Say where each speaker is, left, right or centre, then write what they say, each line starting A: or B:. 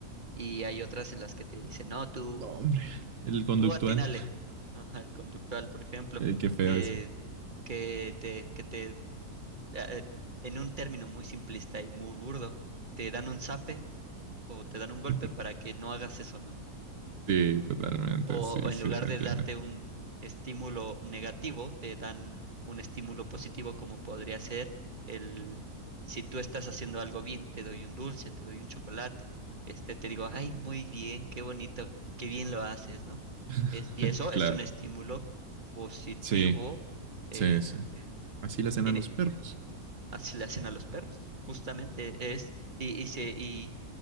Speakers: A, on the right (about 35°); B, on the right (about 60°).
A: y hay otras en las que te dicen, no, tú,
B: no, hombre, el conductual.
A: tú atínale. Ajá, el conductual, por ejemplo,
B: Ey, qué feo
A: que,
B: eso.
A: que te, que te, eh, en un término muy simplista y muy burdo, te dan un zape o te dan un
B: <laughs>
A: golpe para que no hagas eso, ¿no?
B: Sí, totalmente,
A: o,
B: sí,
A: o en
B: sí,
A: lugar
B: entiendo.
A: de darte un estímulo negativo, te dan un estímulo positivo como podría ser el, si tú estás haciendo algo bien, te doy un dulce, te doy un chocolate, este, te digo, ay, muy bien, qué bonito, qué bien lo haces, ¿no?
B: <laughs>
A: Es, y eso
B: Claro,
A: es un estímulo positivo,
B: sí,
A: este,
B: sí, sí. Así le hacen
A: tiene,
B: a los perros.
A: así le hacen a los perros, justamente es, y, y se, y,